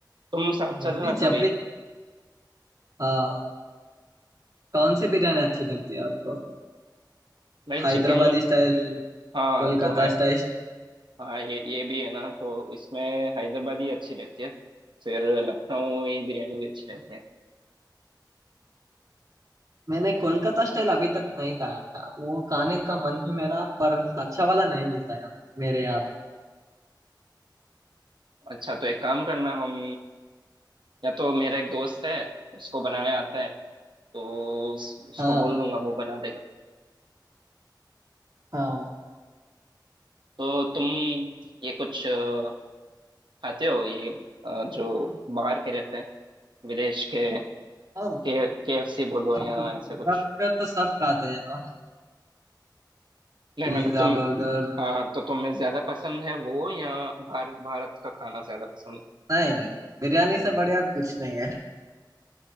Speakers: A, on the right; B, on the right.
A: तुम साथ
B: मैं
A: चलना
B: भी
A: कभी
B: जब भी हाँ कौन सी बिरयानी अच्छी लगती है आपको
A: भाई
B: हैदराबादी
A: चिकन
B: स्टाइल
A: हाँ
B: कोलकाता
A: तो है
B: स्टाइल
A: हाँ ये ये भी है ना तो इसमें हैदराबादी अच्छी रहती है फिर लखनवी बिरयानी भी अच्छी रहती है
B: मैंने कोलकाता स्टाइल अभी तक नहीं खाया वो खाने का मन है मेरा पर अच्छा वाला नहीं मिलता यार मेरे यहाँ पर
A: अच्छा तो एक काम करना हम या तो मेरा एक दोस्त है उसको बनाने आता है तो उस, उसको
B: हाँ
A: बोल दूंगा वो बना देगा
B: हाँ
A: तो तुम ये कुछ अ, खाते हो ये अ, जो बाहर के रहते हैं विदेश के
B: हाँ
A: के के एफ सी बोलो
B: हाँ
A: या
B: पिज्जा
A: ऐसा कुछ
B: बर्गर तो सब खाते हैं ना
A: नहीं
B: Pizza
A: मतलब तुम
B: burger
A: हाँ तो तुम्हें ज्यादा पसंद है वो या भारत भारत का खाना ज्यादा पसंद है
B: नहीं नहीं बिरयानी से बढ़िया कुछ नहीं है